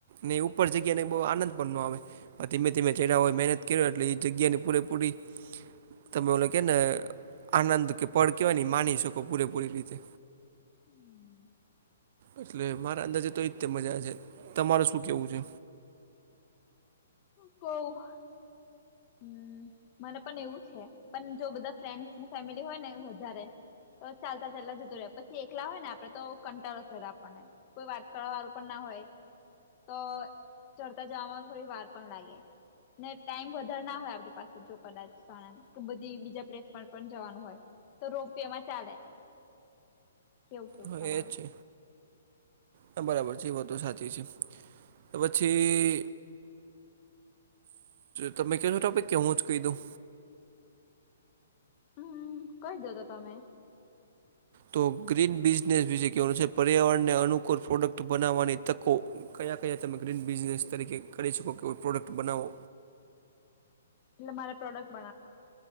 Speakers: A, on the right; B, on the left.
A: ને ઉપર બોઉ આનંદ પણ નો આવે અ ધીમે ધીમે ચયડા ઓય મહેનત કરો એટલે એ જગ્યાની પૂરેપૂરી તમે ઓલો કે ને આનંદ કે પડ કેવાય માની શકો પૂરેપૂરી રીતે
B: હમ
A: એટલે મારા અંદાજે તો એતે મજા છે તમારે શું કેવું છે
B: કવ હમ મને પણ એવું છે પણ જો બધા ફ્રેન્સને ફેમિલી હોય ને વધારે તો ચાલતા ચાલતા જતોું રહે પછી એકલા હોય ને આપડે તો કંટાળો ચડ આપણને કોઈ વાત કરવા વાળું પણ ના હોય તો ચડતા જવાવામાં થોડી વાર પણ લાગે ને ટાઈમ બ ધરણા હોય આપણી પાસે જો કદાચ બધી બીજા પ્લેસ પર પણ જવાનું હોય તો રોપિયામાં ચાલે કેવું કેવું
A: થ
B: તમારું
A: છે હા બરાબર છે એ વા તો સાચી છે તો પછી તમે ક છો ટોપે કેવું જ કીધું
B: હમ કઈ દો હતો તમે
A: તો ગ્રીન બિઝનેસ વિશે કહેવાનું છે પર્યાવરણને અનુકૂળ પ્રોડક્ટ બનાવવાની તકો કયા કયા તમે ગ્રીન બિઝનેસ તરીકે કરી શકો કે પ્રોડક્ટ બનાવો
B: એટ મારે પ્રોડક્ટ બ